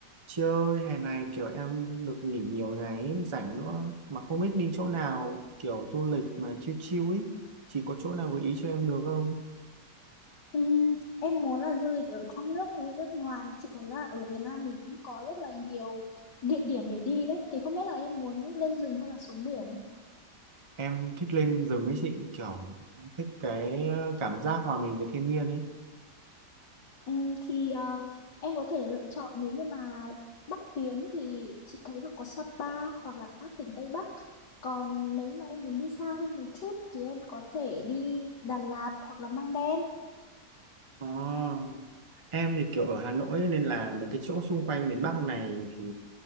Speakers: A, on the right; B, on the left.
A: Chị ơi, hè này kiểu em được nghỉ nhiều ngày ấy, rảnh nữa mà không biết đi chỗ nào kiểu du lịch mà chill chill ấy. Chị có chỗ nào gợi ý cho em được không?
B: Ừm, em muốn là du lịch ở trong nước hay là nước ngoài chị thấy là ở Việt Nam mình cũng có rất là nhiều địa điểm để đi đấy thì không biết là em muốn lên rừng hay là xuống biển
A: Em thích lên rừng ấy chị, kiểu thích cái ờ, cảm giác hòa mình với thiên nhiên ấy.
B: Ừm, thì ờ, em có thể lựa chọn nếu như mà Bắc tiến thì chị thấy là có Sapa hoặc là các tỉnh Tây Bắc còn nếu mà em muốn đi xa hơn một chút thì em có thể đi Đà Lạt hoặc là Măng Đen
A: À, em thì kiểu ở Hà Nội ấy, nên là mấy cái chỗ xung quanh miền Bắc này thì